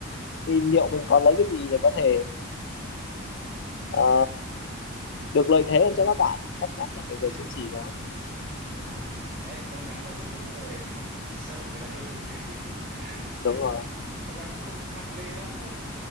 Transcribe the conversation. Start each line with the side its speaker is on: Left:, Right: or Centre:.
Left: thì liệu mình có lấy cái gì để có thể ờ, ờ, được lợi thế hơn cho các bạn chắc chắn là phải
Right: ừ.
Left: về chứng chỉ rồi
Right: đúng rồi đấy nôm na là ông cũng giống tôi học là vì sợ người ta hơn mình đấy <laughs> chứ
Left: đúng
Right: còn
Left: rồi
Right: thật ra cũng không ham mê lắm đúng không